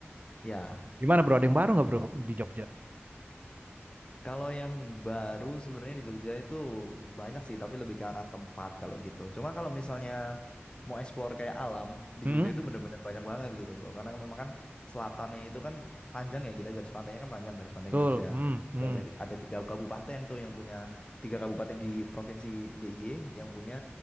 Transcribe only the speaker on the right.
Gimana bro? Ada yang baru nggak bro di Jogja?
Hmm,
betul.
Hmm, hmm,